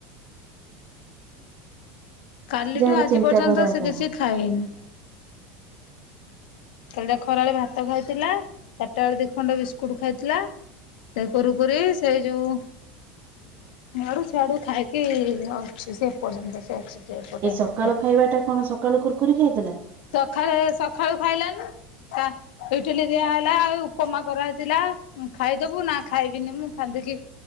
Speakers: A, on the left; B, on the right.
A: କାଲିଠୁ
B: ଯାହାର
A: ଆଜି
B: ଚିନ୍ତାଧାରା
A: ପର୍ଯ୍ୟନ୍ତ ସେ
B: ଯାହା
A: କିଛି ଖାଇନି କାଲିଟା ଖରା ବେଳେ ଭାତ ଖାଇଥିଲା ଚାରିଟା ବେଳେ ଦି ଖଣ୍ଡ ବିସ୍କୁଟ ଖାଇଥିଲା ସେ କୁରୁକରି ସେ ଯେଉଁ ଏଆଡୁ ସିଆଡୁ ଖାଇକି ଅଛି ସେ ଏପର୍ଯ୍ୟନ୍ତ ସେ ଅଛି ଯେ ଏପଟେ
B: ଏଇ ସକାଳୁ
A: ଖାଇକି
B: ଖାଇବା ଟା କଣ ସକାଳୁ କୁରକୁରି ଖାଇଦେଲା
A: ସକାଳେ ସକାଳୁ ଖାଇଲାନି ଇତିଲି ଦିଆହଲା ଉପମା କରାହେଇଥିଲା ଖାଇଦବୁ ନା ଖାଇବିନି ମୁଁ ଖାନ୍ଦିକି